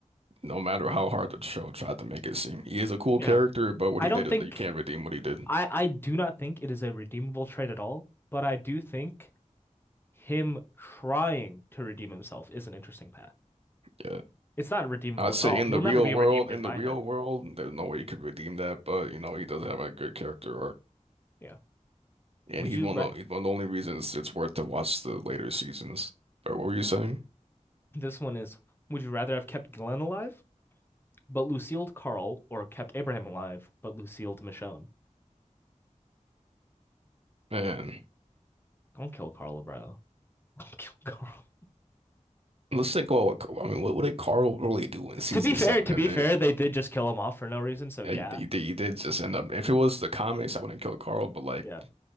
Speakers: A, on the right; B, on the left.
A: No matter how hard the show tried to make it seem. He is a cool
B: Yeah.
A: character, but what
B: I
A: he
B: don't
A: did, and
B: think
A: you can't redeem what he did.
B: I I do not think it is a redeemable trait at all, but I do think him trying to redeem himself is an interesting path.
A: Yeah.
B: It's not redeemable
A: I'd say
B: at all.
A: in
B: He'll
A: the
B: never
A: real
B: be
A: world,
B: redeemed
A: in
B: in my
A: the real
B: head.
A: world, there's no way you could redeem that, but you know, he does have a good character arc.
B: Yeah.
A: And
B: Would
A: he's
B: you
A: one
B: ra
A: of the, he's one of the only reasons it's worth to watch the later seasons. But what were you saying?
B: this one is would you rather have kept Glenn alive but Lucille Carl or kept Abraham alive but Lucille Michonne?
A: Man,
B: Don't kill Carl, bro. <laughs> Don't kill Carl.
A: let's think about what, I mean, what, what did Carl really do in season
B: To be fair,
A: seven
B: to
A: and
B: be fair,
A: eight?
B: they did just kill him off for no reason, so
A: Yeah,
B: yeah.
A: you, you, did- you did just end up. If it was the comics, I wouldn't kill Carl. But like,
B: Yeah.